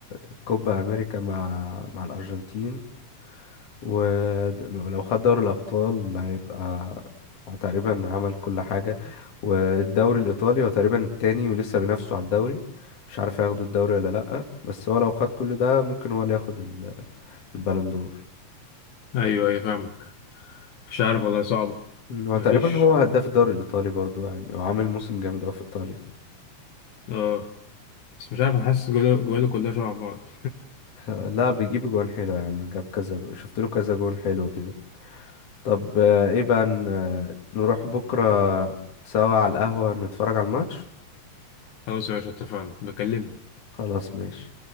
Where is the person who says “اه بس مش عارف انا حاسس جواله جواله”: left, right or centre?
Left